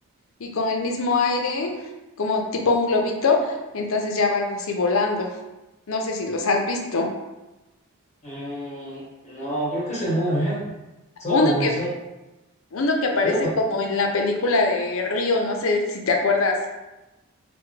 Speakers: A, on the left (about 65°); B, on the left (about 30°).
A: y con el mismo aire, como tipo un globito, entonces ya vas así volando. No sé si los has visto.
B: Mm, no, creo que ese no, ¿eh? Solo,
A: Uno que,
B: solo,
A: uno que aparece
B: solo con-
A: como en la película de Río, no sé si te acuerdas.